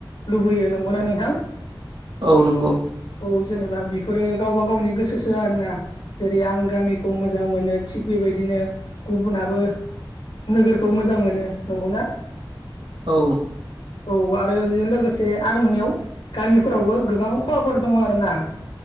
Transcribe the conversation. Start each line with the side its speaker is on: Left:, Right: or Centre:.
Left: लुबैयो नंगौना नोंथां
Right: औ नंगौ
Left: औ जेनेबा बेफोरो गावबा गावनि गोसोसो आरोना जेरै आं गामिखौ मोजां मोनो थिग बे बेबायदिनो गुबुनाबो नोगोरखौ मोजां मोनो नंगौना
Right: औ
Left: औ आरो बेजों लोगोसे आं नुनायाव गामिफोरावबो गोबां खहाफोर दङ आरो ना